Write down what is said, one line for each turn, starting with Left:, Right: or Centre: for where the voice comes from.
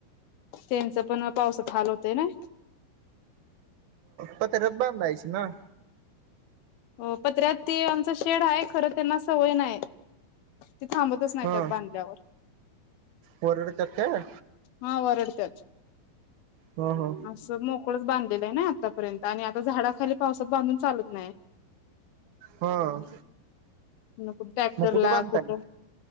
Left: त्यांच पण पावसात हाल होत ना?
Right: पत्रात बधायची ना?
Left: हो पत्र्यात ती आमच शेड आहे खरं त्यांना सवय नाही. ते थांबतच नाही
Right: हा
Left: त्यात बांधल्यावर
Right: वरडत्यात काय
Left: हा वरडत्यात
Right: हा हा
Left: अस मोक. च बांधलेला आहे नाही आतापर्यंत आणि आता झाडाली पासातांधून चालत नाही.
Right: हा.
Left: न कुठ ट्रॅक्टर
Right: मग
Left: ला
Right: बांधताय
Left: कुठं?